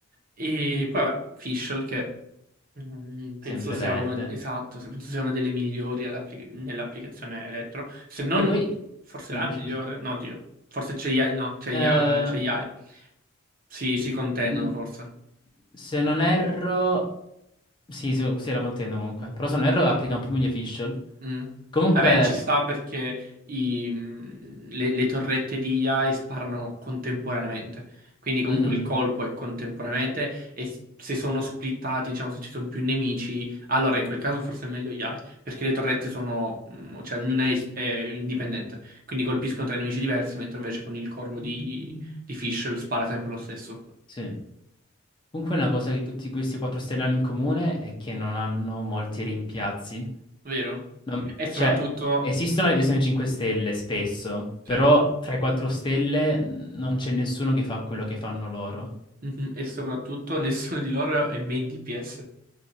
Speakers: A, on the right; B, on the left.
A: E poi vabbè, Fischl che mm, penso
B: sempre
A: sia
B: verde.
A: uno, esatto, se- penso sia una delle migliori ad appli- nell'applicazione elettro, se non
B: Che poi,
A: forse
B: di-
A: la migliore,
B: scusa,
A: no, Dio, forse c'è Yai, no, c'è
B: Eh,
A: Yai, c'è Yai. Sì, si contendono
B: n-
A: forse.
B: se non erro, sì, se, sì, la contendo comunque, però se non erro applica un po' meglio Fischl.
A: Mm.
B: Comunque,
A: Vabbè, ci sta perché i- mh, le, le torrette di IAE sparano contemporaneamente. Quindi comunque
B: mhm,
A: il colpo è contemporaneamente e s- se sono splittati, diciamo, se ci sono più nemici, allora in quel caso forse è meglio IAE, perché le torrette sono, mh, cioè ognuna è, is- è indipendente, quindi colpiscono tre nemici diversi, mentre invece con il corvo di, di Fischl spara sempre lo stesso,
B: sì. Comunque una cosa di tutti questi quattro stelle hanno in comune è che non hanno molti rimpiazzi.
A: vero?
B: Non-
A: E soprattutto,
B: cioè, esistono le versioni 5 stelle spesso,
A: cioè,
B: però tra i 4 stelle non c'è nessuno che fa quello che fanno loro,
A: mhm, <laughs> e soprattutto nessuno di loro è main DPS.